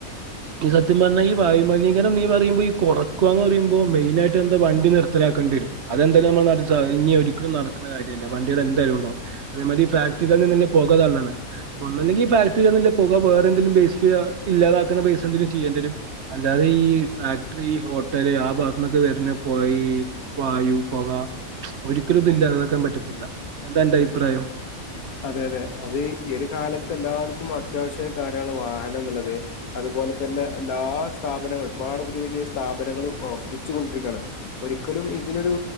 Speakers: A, on the right; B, on the left.
A: ഈ സത്യം പറഞ്ഞാൽ ഈ വായുമ ലിനീകരം നീ പറയുമ്പോ ഈകൊറക്ക ന്ന് പറയുമ്പോ മെയിനായിട്ട് എന്താ വണ്ടി നിർ ത്തലാക്കണ്ട്യരും അതെന്തായാല് നമ്മളെ നാട്ടിൽ സാ ഇഞ് ഒരിക്കലും നടക്കുന്ന കാര്യല്ല. വണ്ടികൾ എന്തായാലും ഉണ്ടാവും. അതേമാരി ഈ ഫാ ക്കാ നിന്നി <unintelligible> പൊക തള്ളണ് ഒന്നുകി ഫാക്ടറി <inaudible> പുക വേറെന്തെങ്കിലും ബേസിക് ഇല്ലാതാക്കണ ബേസ്ന്തേലും ചെയ്യണം അല്ലാതെ ഈ ഫാക്ടറി ഹോട്ടല് ആ ഭാഗൊക്കെ വരണ പോകേം വാ പോക ഒരിക്കലും ഇതില്ലാതാക്കാൻ പറ്റത്തില്ല എന്താ അന്റെ അഭിപ്രായം
B: അതെ അതെ അത് ഈ ഒരു കാലത്ത് എല്ലാവർക്കും അത്യാവശ്യ കാര്യാണ് വാഹനം എന്നുള്ളത് അത് അതുപോലെ തന്നെ എല്ലാ സ്ഥാപനങ്ങളും ഒരുപാട് പുതിയ പുതിയ സ്ഥാപനങ്ങളും വർദ്ധിച്ചു കൊണ്ടിരിക്കയാണ് ഒരിക്ക ലും ഇതിനൊരു